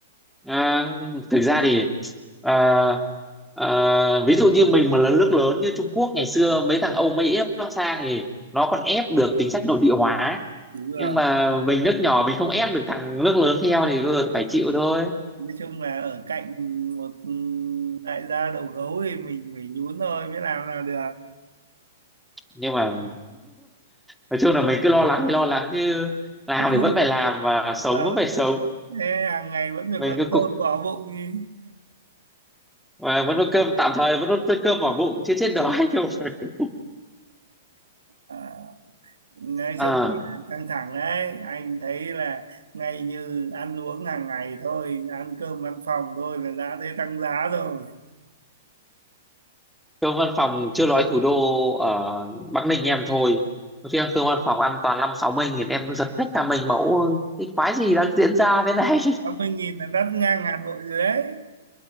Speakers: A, in the centre; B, on the right.
A: À, thực ra thì à, à, ví dụ như mình mà là nước lớn như Trung Quốc ngày xưa mấy thằng Âu Mỹ nó sang thì nó còn ép được chính sách nội địa hóa
B: đúng rồi
A: nhưng mà mình nước nhỏ mình không ép được thằng nước lớn theo thì vừa phải chịu thôi
B: nói chung là ở cạnh một ừ, đại gia đầu gấu thì mình phải nhún thôi mới làm là được
A: nhưng mà <laughs> nói chung là mình cứ lo lắng thì lo lắng chứ làm
B: cũng
A: thì
B: không
A: vẫn phải làm và
B: đúng
A: sống
B: rồi.
A: vẫn phải sống
B: thế hàng ngày vẫn phải
A: mình
B: có
A: cứ
B: cơm
A: cục
B: bỏ bụng đi
A: và vẫn có cơm tạm thời vẫn có cơm vào bụng chứ chết đói đâu <laughs>
B: <laughs> à. nói
A: à
B: chung là căng thẳng đấy anh thấy là ngay như ăn uống hàng ngày thôi ăn cơm văn phòng thôi là đã thấy tăng giá rồi
A: cơm văn phòng chưa nói thủ đô ở Bắc Ninh em thôi Có khi ăn cơm văn phòng ăn toàn năm sáu mươi nghìn em giật hết cả mình mẫu ơi, cái quái gì đang diễn ra thế này
B: tám mươi nghìn là đắt ngang Hà Nội rồi đấy